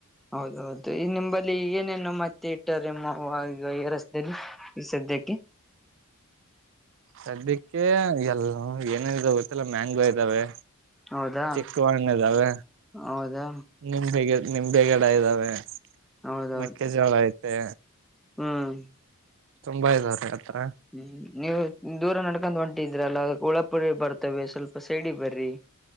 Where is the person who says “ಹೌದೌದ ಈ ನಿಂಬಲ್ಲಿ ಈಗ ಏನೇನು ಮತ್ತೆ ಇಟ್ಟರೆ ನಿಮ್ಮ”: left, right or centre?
Centre